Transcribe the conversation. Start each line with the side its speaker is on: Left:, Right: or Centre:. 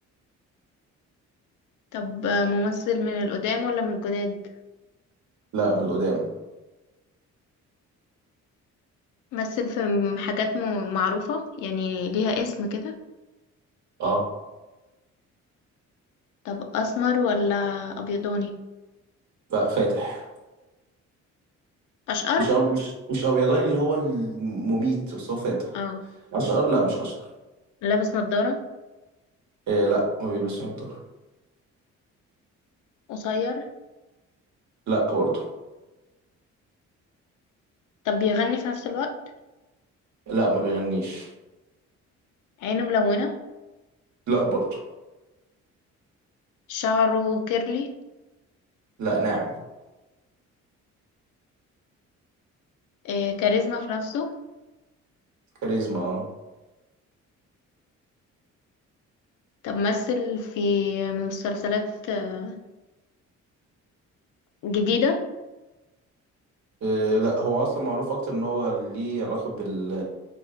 Left: طب آه، ممثل من القدام ولا من الجداد
Right: لا من القدام
Left: مثل في م- حاجات م- معروفة يعني ليها اسم كده
Right: اه
Left: طب أسمر ولا أبيضاني
Right: لا فاتح
Left: أشقر
Right: مش أب... مش مش ابيضاني اللي هو المميت بس هو فاتح
Left: اه
Right: اشقر لا مش اشقر
Left: لابس نضارة
Right: إيه لا ما بيلبسش نضاره
Left: قصير
Right: لا برضو
Left: طب بيغني في نفس الوقت
Right: لا ما بيغنيش
Left: عينه ملونة
Right: لا برضو
Left: شعره كيرلي
Right: لا ناعم
Left: آه كاريزما في نفسه
Right: كاريزما اه
Left: طب مثل في مسلسلات آه، جديدة
Right: إيه لا هو اصلا معروف اكتر ان هو ليه علاقه بال